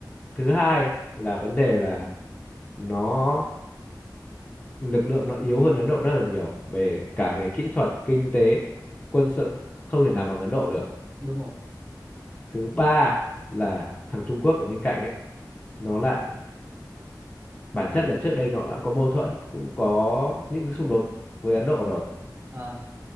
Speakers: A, on the left; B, on the right.
A: thứ hai là vấn đề là nó lực lượng nó yếu hơn Ấn Độ rất là nhiều về cả về kỹ thuật kinh tế quân sự không thể nào bằng Ấn Độ được
B: đúng rồi.
A: thứ ba là thằng Trung Quốc ở bên cạnh ấy nó lại bản chất là trước đây nó đã có mâu thuẫn cũng có những xung đột với Ấn Độ rồi
B: À,